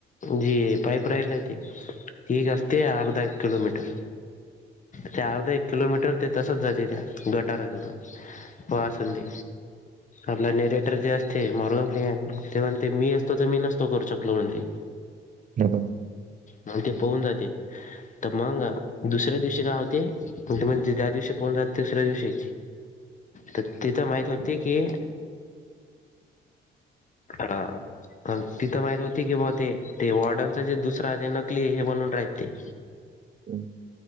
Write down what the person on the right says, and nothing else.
हम हम
<inaudible>